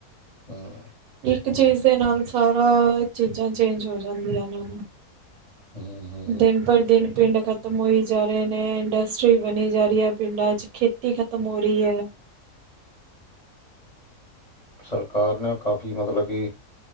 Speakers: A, on the left; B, on the right.
A: ਹਮ,
B: ਇੱਕ ਚੀਜ਼ ਦੇ ਨਾਲ ਸਾਰਾ ਚੀਜ਼ਾਂ ਚੇਂਜ ਹੋ ਜਾਂਦੀਆਂ ਇਹ ਨੇ।
A: ਹਮ ਹਮ
B: ਦਿਨ ਪਰ ਦਿਨ ਪਿੰਡ ਖਤਮ ਹੋਈ ਜਾ ਰਹੇ ਨੇ। ਇੰਡਸਟਰੀ ਬਣੀ ਜਾ ਰਹੀ ਹੈ ਪਿੰਡਾਂ ਚ। ਖੇਤੀ ਖਤਮ ਹੋ ਰਹੀ ਹੈ।
A: ਸਰਕਾਰ ਨੇ ਕਾਫ਼ੀ ਮਤਲਬ ਕਿ।